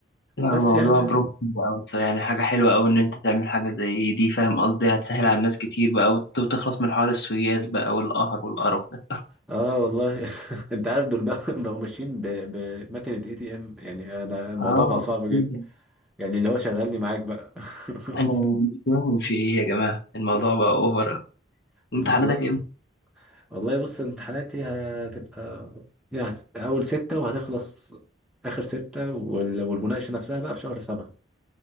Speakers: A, on the left; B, in the centre.
A: لا الموضوع
B: بس يعني
A: بروم أوي يعني حاجة حلوة أوي إن أنت تعمل حاجة زي دي فاهم قصدي هتسهل على الناس كتير بقى وت- وتخلص من حوار السوياس بقى والقهر والقرف ده
B: اه والله <laughs> انت عارف دول بقى <laughs> بقوا ماشيين ب- بمكنة اي تي ام يعني انا الموضوع
A: اه
B: بقى صعب جدا
A: ايه ده
B: يعني اللي هو شغلني معاك بقى
A: انا
B: <laughs>
A: مش فاهم في ايه يا جماعه الموضوع بقى اوفر
B: بالظبط
A: امتحاناتك
B: والله بص امتحاناتي هتبقى يعني اول ستة وهتخلص اخر ستة وال- والمناقشة نفسها بقى في شهر سبعة